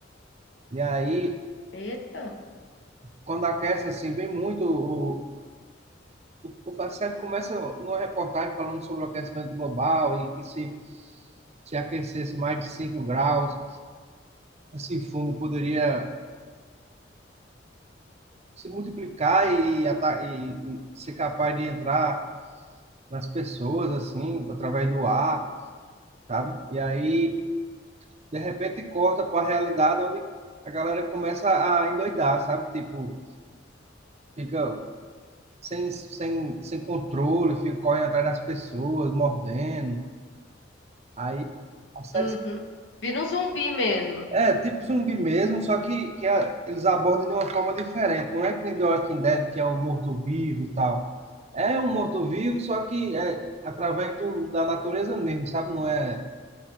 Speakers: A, on the right; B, on the left.
A: E aí,
B: Eita.
A: quando aquece assim bem muito, o, o, o a começa numa reportagem falando sobre o aquecimento global e que se se aquecesse mais de 5 graus, esse fungo poderia se multiplicar e, ata- e, e ser capaz de entrar nas pessoas, assim, através do ar, sabe? E aí, de repente, corta para a realidade onde a galera começa a endoidar, sabe? Tipo, fica sem, sem, sem controle, fica correndo atrás das pessoas, mordendo. Aí, a série
B: Uhum. Vira um zumbi mesmo.
A: é tipo zumbi mesmo, só que, que a- eles abordam de uma forma diferente. Não é que nem The Walking Dead, que é o morto-vivo e tal. É um morto-vivo, só que é através do, da natureza mesmo, sabe? Não é